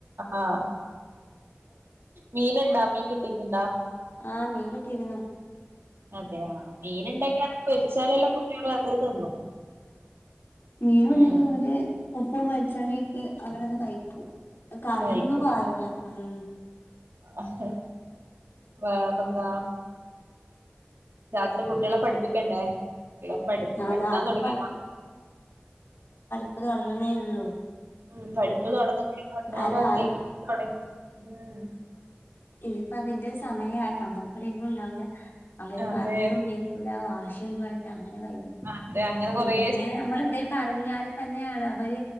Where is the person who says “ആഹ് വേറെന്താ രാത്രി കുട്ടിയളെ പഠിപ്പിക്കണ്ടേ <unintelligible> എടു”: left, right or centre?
Right